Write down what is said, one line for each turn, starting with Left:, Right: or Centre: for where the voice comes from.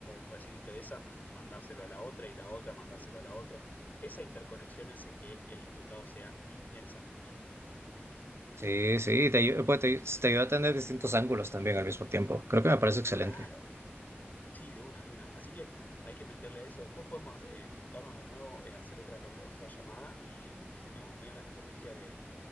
Left: recibiste de esa, mandárselo a la otra y la otra, mandárselo a la otra. Esa interconexión hace que el resultado sea inmensamente superior.
Right: Sí, sí, te ayu- pues, te, te ayuda a tener distintos ángulos también al mismo tiempo. Creo que me parece excelente.
Left: Claro. Sí, de una, de una. Así que hay que meterle eso. Después podemos eh, juntarnos de nuevo, eh, hacer otra, otra llamada y diseñamos bien la estrategia de